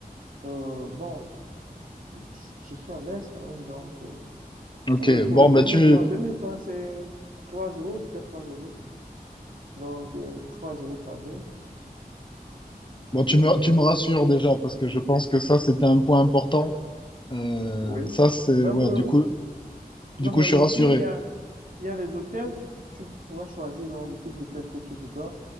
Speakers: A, on the right; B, on the left.
A: euh, bon, je je suis à l'aise quand même. Donc, euh,
B: OK.
A: avec le port
B: Bon,
A: de 2000
B: bah, tu,
A: francs, 2000 francs, c'est 3 euros, peut-être 3 euros. Donc, euh, 3 euros par jour.
B: bon, tu
A: Euh,
B: me, tu me rassures déjà, parce que je pense que ça, c'était un point important. Euh,
A: oui.
B: ça, c'est,
A: Même,
B: ouais,
A: euh,
B: du coup,
A: même
B: du
A: en
B: coup,
A: réalité,
B: je suis rassuré.
A: il y a, il y a les hôtels, tu, tu pourras choisir donc, le type d'hôtel que tu voudras.